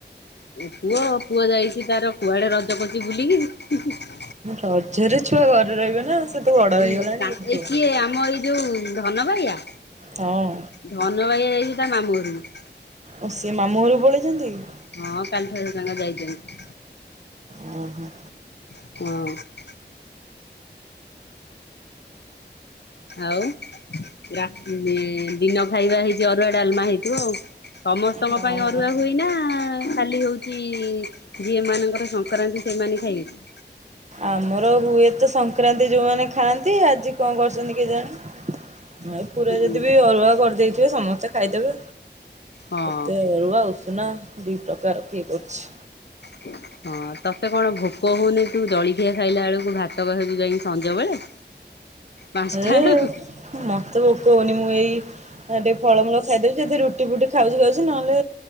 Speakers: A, on the left; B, on the right.
A: ପୁଅ, ପୁଅ ଯାଇଚି ତାର କୁଆଡେ ରଜ କରୁଚି ବୁଲିକିରି ହିଁ ହିଁ।
B: ରଜରେ ଛୁଆ ଘରେ ରହିବେ ନା। ସେ ତ ବଡ
A: ଏ
B: ହେଇଗଲାଣି
A: ଏଇ
B: ବୁଲୁଥିବ।
A: କିଏ ଆମ ଏଇ ଯୋଉ ଧନବାୟା।
B: ହଁ।
A: ଧନ ବାୟା ଯାଇଚି ତା ମାମୁଁ ଘରକୁ।
B: ଓ ସିଏ ମାମୁଁ ଘରୁ ପଳେଇଚନ୍ତି କି।
A: ହଁ କାଲି ଠାରୁ ତାଙ୍କ ଯାଇଚନ୍ତି।
B: ଓ ହୋ।
A: ହଁ। ଆଉ ରାତି ଦିନ ଖାଇବା ହେଇଚି ଅରୁଆ, ଡାଲମା ହେଇଥିବ ଆଉ। ସମସ୍ତଙ୍କ
B: ହଁ।
A: ପାଇଁ ଅରୁଆ ହୁଏ ନା ଖାଲି ହଉଚି ଯିଏ ମାନଙ୍କର ସଂକ୍ରାନ୍ତି ସେମାନେ ଖାଇବେ?
B: ଆମର ହୁଏତ ସଂକ୍ରାନ୍ତି ଯୋଉମାନେ ଖାଆନ୍ତି। ଆଜି କଣ କରିଚନ୍ତି କେଜାଣି। ନ ପୁରା ଯଦି
A: ହୁଁ
B: ବି ଅରୁଆ କରିଦେଇଥିବେ ସମସ୍ତେ ଖାଇଦେବେ।
A: ହଁ
B: କେତେ ଆଉ ଅରୁଆ ଉଷୁନା ଦି ପ୍ରକାର କିଏ କରୁଚି।
A: <inaudible> ହଁ ତତେ କଣ ଭୋକ ହଉନି ତୁ ଜଳଖିଆ ଖାଇଲା ବେଳକୁ ଭାତ ଖାଉଛୁ ଯାଇକି ସଞ୍ଜ ବେଳେ। ପାଞ୍ଚଟା
B: ଏ
A: ବେଳକୁ
B: ମୋତେ ଭୋକ ହଉନି। ମୁଁ ଏଇ ଆ ଟିକେ ଫଳମୂଳ ଖାଇଦେଉଚି। ଯଦି ରୁଟି ଫୁଟି ଖାଉଛି ଖାଉଛି ନହେଲେ